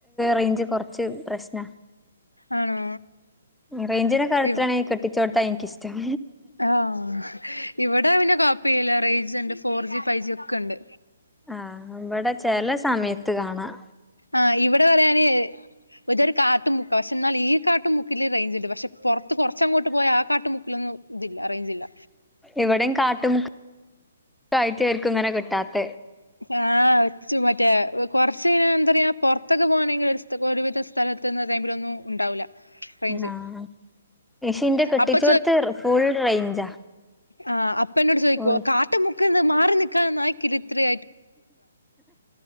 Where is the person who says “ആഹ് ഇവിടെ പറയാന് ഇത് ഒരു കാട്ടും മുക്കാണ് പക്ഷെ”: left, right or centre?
Left